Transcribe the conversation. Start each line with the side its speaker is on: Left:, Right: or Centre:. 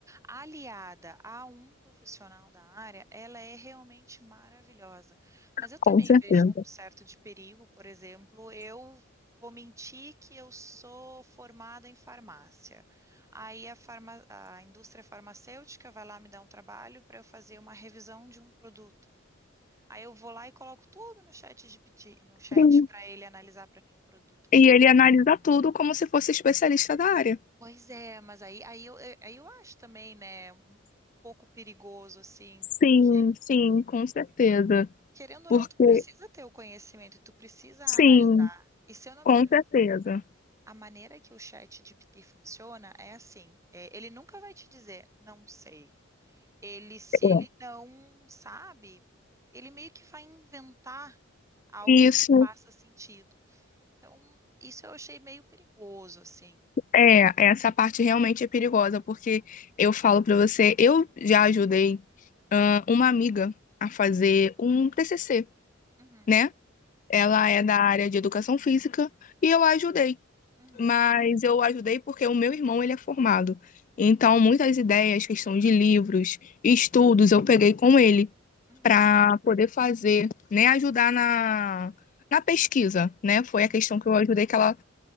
Right: aliada a um profissional da área, ela é realmente maravilhosa. Mas eu também
Left: com certeza.
Right: vejo um certo de perigo, por exemplo, eu Vou mentir que eu sou formada em farmácia. Aí a, farma- a indústria farmacêutica vai lá me dar um trabalho para eu fazer uma revisão de um produto. Aí eu vou lá e coloco tudo no chat GPT, no chat
Left: Sim.
Right: para ele analisar para mim o produto.
Left: E ele analisa tudo como se fosse especialista da área.
Right: Pois é, mas aí, aí, eu, eu- aí eu acho também, né, um pouco perigoso, assim,
Left: Sim,
Right: porque
Left: sim, com certeza.
Right: querendo ou
Left: Porque,
Right: não, tu precisa ter o conhecimento e tu precisa
Left: sim,
Right: analisar. E se eu não
Left: com
Right: me engano,
Left: certeza.
Right: a maneira que o chat GPT funciona é assim, é, ele nunca vai te dizer, não sei. Ele, se
Left: É.
Right: ele não sabe, ele meio que vai inventar algo que
Left: Isso,
Right: faça sentido. Então, isso eu achei meio perigoso, assim.
Left: é, essa parte realmente é perigosa, porque eu falo pra você, eu já ajudei, ah, uma amiga a fazer um TCC,
Right: Uhum,
Left: né? Ela
Right: uhum,
Left: é da área de educação física e eu a ajudei,
Right: uhum,
Left: mas eu a ajudei porque o meu irmão, ele é formado. Então, muitas ideias, questão de livros, estudos, eu peguei com ele.
Right: uhum,
Left: para poder fazer, né, ajudar na, na pesquisa, né? Foi
Right: uhum,
Left: a questão que eu ajudei que ela